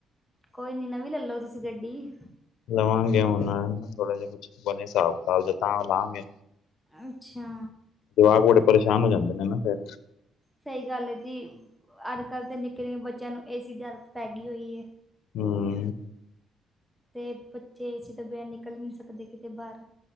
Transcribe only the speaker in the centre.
ਕੋਈ ਨੀ ਨਵੀਂ ਲੈਲੋ ਤੁਸੀਂ ਗੱਡੀ।
ਅੱਛਾ
ਸਹੀ ਗੱਲ ਹੈ ਜੀ, ਅੱਜ ਕੱਲ੍ਹ ਦੇ ਨਿੱਕੇ ਨਿੱਕੇ ਬੱਚਿਆਂ ਨੂੰ ਏ ਸੀ ਦੀ ਆਦਤ ਪੈ ਗਈ ਹੋਈ ਏ।
ਤੇ ਬੱਚੇ ਏ ਸੀ ਤੋ ਬਿਨਾਂ ਨਿਕਲ ਨਹੀਂ ਸਕਦੇ ਕਿਤੇ ਬਾਹਰ।